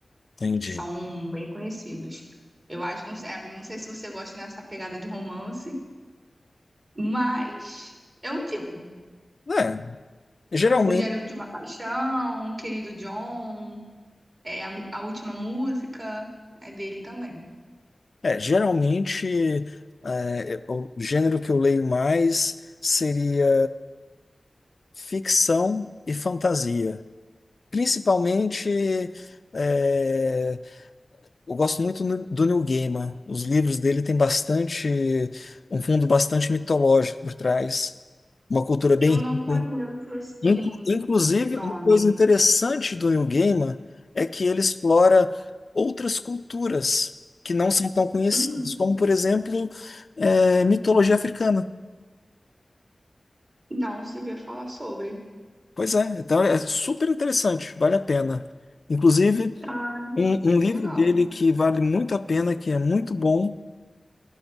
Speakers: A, on the left; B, on the right.
A: Entendi.
B: São bem conhecidos. Eu acho, não sei, não sei se você gosta dessa pegada de romance, mas eu indico.
A: É, geralmente.
B: O Diário de uma Paixão, Querido John, é, a, Mu- A Última Música é dele também.
A: É, geralmente, é, o gênero que eu leio mais seria ficção e fantasia. Principalmente, é, eu gosto muito no- do Neil Gaiman. Os livros dele têm bastante, um fundo bastante mitológico por trás, uma cultura bem
B: Eu
A: rica.
B: não conheço, assim,
A: Inclu- Inclusive,
B: de nome.
A: uma coisa interessante do Neil Gaiman é que ele explora outras culturas que não são tão conhecidas,
B: Uhum.
A: como, por exemplo, eh, mitologia africana.
B: Não se vê falar sobre.
A: Pois é, então é super interessante, vale a pena. Inclusive,
B: Ah,
A: um, um livro
B: legal.
A: dele que vale muito a pena, que é muito bom,